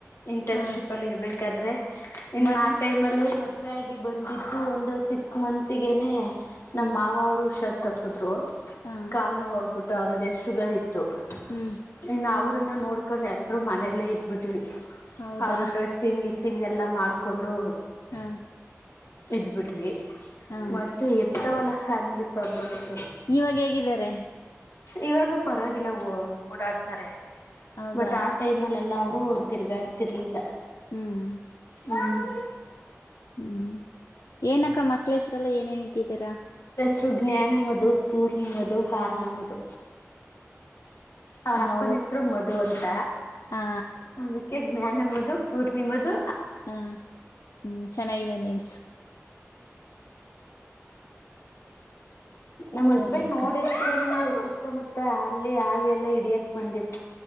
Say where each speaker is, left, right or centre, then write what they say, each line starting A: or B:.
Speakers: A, on the left (about 60°); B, on the left (about 80°).
A: ಇಂಟರ್ನ್ಶಿಪ್
B: ಹಾ
A: ಅಲ್ಲಿ ಇರ್ಬೇಕಾದ್ರೆ ಇನ್ನು
B: ಮದ್ವೆ
A: ಆ ಟೈಮ್ ಅಲ್ಲಿ ಮದುವ ಆಾಗಿ ಬಂದಿದ್ದು ಒಂದು ಸಿಕ್ಸ್ ಮತ್ಗೆನೆ
B: ಹ್ಮ್
A: ನಮ್ಮ ಮಾವ ಅವರು ಶರ್ತ್ ತಪ್ಪಿದ್ರು
B: ಹಾ
A: ಕಾಲು ನೋವು ಹೋಗ್ಬಿಟ್ಟು ಅವ್ರಿಗೆ ಶುಗರ್ ಇತ್ತು ಇದು
B: ಹ್ಮ್
A: ಇನ್ನು ಅವ್ರನ್ನ ನೋಡ್ಕೊಂಡು ಎಲ್ರೂ ಮನೆಯಲ್ಲೇ ಇದ್ಬಿಟ್ವಿ
B: ಹೌದಾ
A: ಅವರು ಡ್ರೆಸ್ಸಿಂಗ್ ಇಸಿಂಗ ಎಲ್ಲ ಮಾಡಿಕೊಂಡು
B: ಹಾ
A: ಇದ್ಬಿಟ್ವಿ
B: ಹಾ
A: ಮತ್ತೆ ಇರ್ತವಲ್ಲ ಫ್ಯಾಮಿಲಿ ಪ್ರಾಬ್ಲಮ್ಸ್
B: ಇವಾಗ ಹೇಗಿದ್ದಾರೆ
A: ಇವಾಗ ಪರವಾಗಿಲ್ಲ ಓಡಾಡ್ತಾರೆ
B: ಹೌದಾ
A: ಬಟ್ ಆ ಟೈಮ್ ಅಲ್ಲಿ ಎಲ್ಲ ಅವರು ಹ ತಿರ್ಗಾ ಆಡ್ತಿರ್ಲಿಲ್ಲ
B: ಹ್ಮ್
A: ಹ್ಮ್
B: ಹ್ಮ್ ಏನಕ್ಕ ಮಕ್ಳ ಹೆಸ್ರಲ್ಲ ಏನೇನ್ತಿದ್ದೀರಾ
A: ಸೃಜ್ಞಾನಮದು ಪೂರ್ಣಮದು ಹಾರನಮದು ಅವ್ರ
B: ಹೋ
A: ಅಪ್ಪನ ಹೆಸರು ಮಧು ಅಂತ
B: ಹಾ
A: ಅದಕ್ಕೆ ಜ್ಞಾನ ಮದು ದು ಪೂರ್ಣಿಮಾದು
B: ಹಾ ಹ್ಮ್ ಚೆನ್ನಾಗಿದೆ ನಿಮ್ಸ್
A: ನಮ್ಮ್
B: ಸರಿ
A: ಹಸ್ಬೆಂಡ್
B: ಅಕ್ಕ
A: ನೋಡಿರ್ತೀರಾ ನೀವು ಸುತ್ತಮುತ್ತ ಅರ್ಲಿ ಹಾವ ಎಲ್ಲ ಹಿಡಿಯಕ್ ಬಂದಿತ್ತು